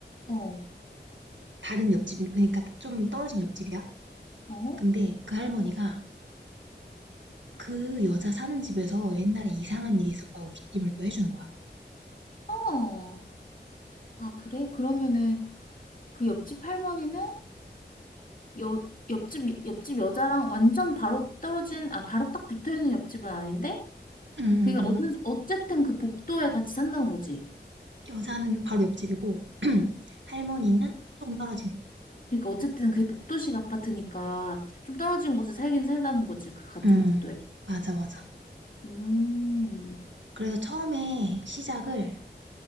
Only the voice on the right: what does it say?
다른 옆집, 그러니까 좀 떨어진 옆집이야.
근데 그 할머니가 그 여자 사는 집에서 옛날에 이상한 일이 있었다고 귀띔을 또 해주는 거야.
응, 응,
응.
여자는 바로 옆집이고, <clears throat> 할머니는 조금 떨어진.
응,
맞아, 맞아.
그래서 처음에 시작을